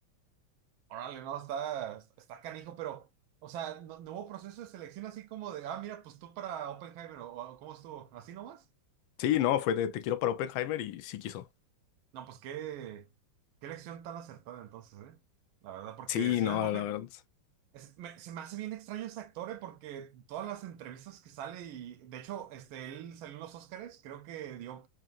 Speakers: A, on the right (about 80°); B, on the left (about 75°).
A: órale, no, está, está canijo, pero, o sea, no, no hubo proceso de selección así como de, ah, mira, pues tú para Oppenheimer, o, o cómo estuvo, así nomás.
B: Sí, no, fue de te quiero para Oppenheimer y sí quiso.
A: No, pues qué, qué elección tan acertada entonces, ¿eh? La verdad, porque
B: Sí,
A: Cillian
B: no,
A: Murphy
B: la verdad. <laughs>
A: es- me- se me hace bien extraño ese actor, ¿eh? Porque todas las entrevistas que sale y, de hecho, este, él salió en los Óscares, creo que dio